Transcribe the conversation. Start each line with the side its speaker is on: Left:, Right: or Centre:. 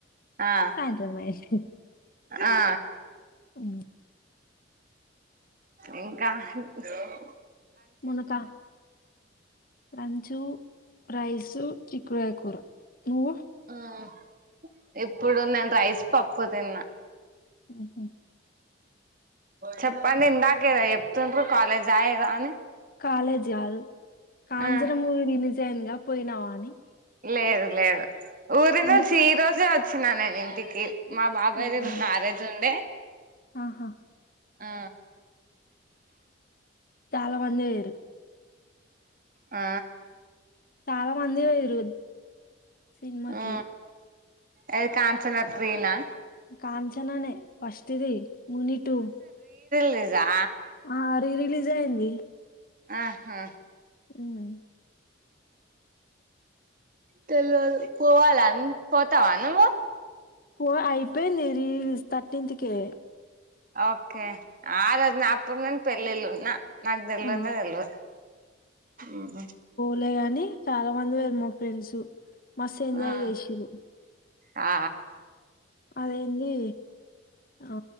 Right: ఆ
Left: సాయంత్రం అయేషి
Right: ఆ
Left: ఊ
Right: <inaudible> ఇంకా జాబు
Left: ములకా లంచు రైసు చిక్కుడుగాయ్ కూర నువ్వు
Right: ఉమ్ ఇప్పుడు నేను రైస్ పప్పు తిన్నా
Left: ఊహూ
Right: చెప్పండి ఇందాకేదో చెప్తుంట్రారు కాలేజ్ ఆ ఏదో అని
Left: కాలేజ్ కాదు కాంచన
Right: ఆ
Left: మూవీ రిలీజ్ అయిందిగా పోయినావా అని
Right: లేదు లేదు ఊరినుంచి
Left: ఎందుకు
Right: ఈరోజే అచ్ చ్చినా నేనింటికి మా బాబాయ్
Left: అవునా
Right: ది మ్యారేజ్ ఉండే
Left: ఆహా
Right: ఆ
Left: చాలా మంది పోయిర్రు
Right: ఆ
Left: చాలా మంది పోయిరు సినిమాకి
Right: ఆ అది కాంచన త్రీనా
Left: కాన్ చనానే ఫస్ట్ ది ముని టూ
Right: <unintelligible> జా
Left: ఆ రీ రిలీజ్ అయ్యింది
Right: ఆహా
Left: ఊమ్
Right: తెల్లేదు పోవాలన్ పోతావా నువ్వు
Left: పో అయిపోయింది రీ రిలీజ్ తర్టీన్త్ కే
Right: ఓకే ఆ రోజు నాక్ ప్పునున్నుం పెళ్ళిళ్ళున్ న నాకు తెల్వందే
Left: ఆ!
Right: తెల్వదు ఊహూ
Left: లే గాని చాలా మంది పోరు మా ఫ్రెండ్స్ మస్తు ఎంజాయ్
Right: ఆ
Left: చేసిర్రు
Right: ఆ
Left: అదేంది ఆ